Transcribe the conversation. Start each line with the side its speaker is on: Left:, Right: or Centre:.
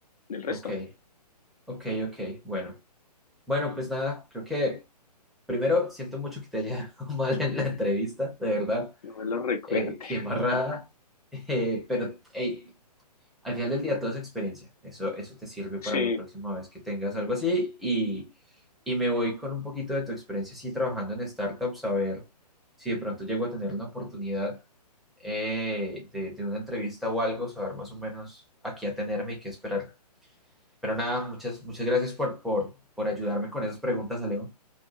Left: Del resto,
Centre: ok, ok, ok. Bueno, Bueno, pues nada, creo que primero siento mucho que te haya <laughs> ido mal en la entrevista, de verdad,
Left: no me lo recuerde.
Centre: eh, qué embarrada,
Left: <laughs>
Centre: <laughs> Eh, pero hey, al final del día todo es experiencia, eso, eso te sirve
Left: Sí,
Centre: para la próxima vez que tengas algo así y, y me voy con un poquito de tu experiencia así trabajando en startups a ver si de pronto llego a tener una oportunidad eh, de, de una entrevista o algo, saber más o menos a qué atenerme y qué esperar. Pero nada, muchas, muchas gracias por, por, por ayudarme con esas preguntas, Alejo.